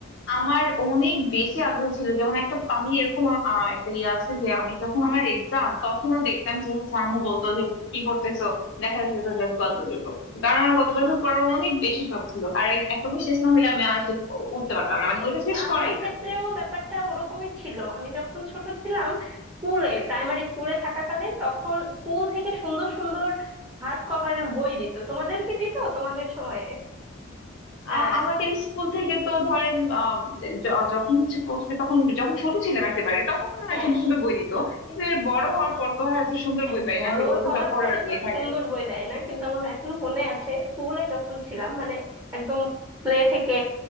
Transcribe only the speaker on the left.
আমার অনেক বেশি আগ্রহ ছিল যেমন একটা আমি এরকম আ- আ, একটা ইয়ে আছে যে আমি যখন আমার এক্সাম তখনও দেখতাম যে হচ্ছে আম্মু বলতো যে কি পড়তেছো দেখা যেত যে আমি গল্পের বই পড়তেছি কারণ আমার গল্পের বই পড়ার অনেক বেশি শখ ছিল আর এক- একটা বই শেষ না হলে আমি আর শেষ উ- উঠতে পারতাম না মানে ওইটা শেষ
করাই
লাগবে
আ- আমাদের স্কুল থেকে তো ধরেন আম, য- যখন হচ্ছে পড়তে তখন যখন ছোট ছিলাম একেবারে তখন না
সুন্দর সুন্দর
বই দিত কিন্তু এর বড় হওয়ার পর তো আর এত সুন্দর
বই পাই
না সেগুলো
তো সব বড়
বই
থাকে